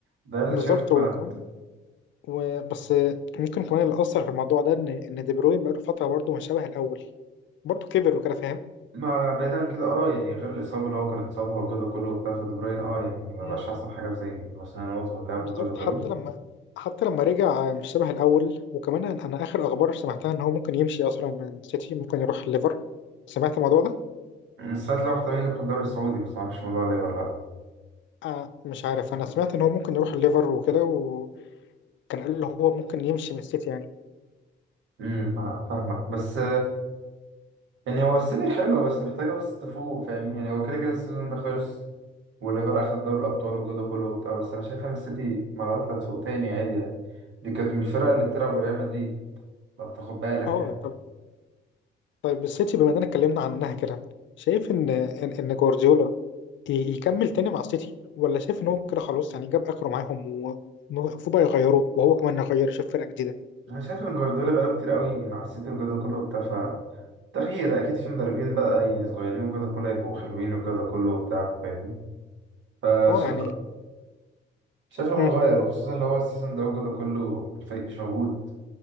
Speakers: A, on the right; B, on the left.
A: ده اللي
B: بالظبط
A: شايفه في
B: وكمان
A: هالاند
B: وبس آه، ممكن كمان اللي اثر في الموضوع ده ان ان دي بروين بقاله فتره برضه مش شبه الاول برضه كبر وكده فاهم
A: ما بعيدا كده اه يعني غير الاصابه اللي هو كان اتصابها والجو ده كله وبتاع فدي بروين اه يعني ما
B: مم.
A: بقاش احسن حاجه زي الوسنانات واللعب
B: بالظبط
A: والجو ده كله
B: حتى لما حتى لما رجع آه، مش شبه الاول وكمان انا أنا اخر اخبار سمعتها ان هو ممكن يمشي اصلا من سيتي ممكن يروح ليفر سمعت الموضوع ده
A: بس ساعات لو احتمال يروح الدوري السعودي بس ما اعرفش الموضوع ليه ولا لا
B: آه مش عارف انا سمعت ان هو ممكن يروح الليفر وكده وكان قال اللي هو ممكن يمشي من السيتي يعني
A: امم ما- فاهمك بس يعني هو السيتي حلوة بس محتاجة بس تفوق فاهمني يعني هو كده كده السيزون ده خلص والليفر أخد دوري الأبطال والجو ده كله وبتاع بس أنا شايف إن السيتي مرات هتفوق تاني عادي يعني دي كانت من الفرق اللي بتلعب بريال مدريد لو بتاخد بالك
B: اه
A: يعني
B: طب طيب السيتي بما اننا اتكلمنا عنها كده شايف ان ان, إن جوارديولا ي- يكمل تاني مع السيتي ولا شايف ان هو كده خلاص يعني جاب اخره معاهم ومفروض بقى يغيروه وهو كمان يغير يشوف فرقة جديدة
A: أنا شايف إن جوارديولا بقاله كتير قوي مع السيتي والجو ده كله وبتاع ف تغيير أكيد في مدربين بقى يعني صغيرين والجو ده كله يبقوا حلوين والجو ده كله وبتاع فاهمين فشايف
B: اه يعني
A: شايف لو
B: مم.
A: نغير وخصوصا اللي هو السيزون ده والجو ده كله الفريق مش موجود